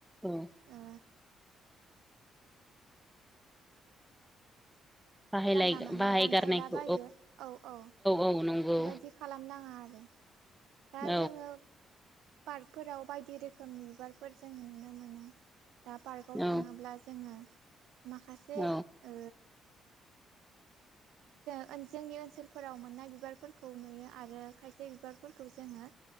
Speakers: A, in the centre; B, on the right.
A: औ
B: ओ
A: बाहायलाय
B: जानला मानला
A: बाहायगारनायखौ
B: दानफायला बायो औ औ
A: औ नंगौ
B: बेबायदि खालामनाङा आरो दा
A: औ
B: जोङो पार्कफोराव बायदि रोखोमनि बिबारफोर जोङो नुनो मोनो। दा पार्कआव
A: औ
B: थाङोब्ला जोङो माखासे
A: औ
B: ओ जों जोंनि ओनसोलफोराव मोननाय बिबारफोरखौ नुयो आरो खायसे बिबार फोरखौ जोङो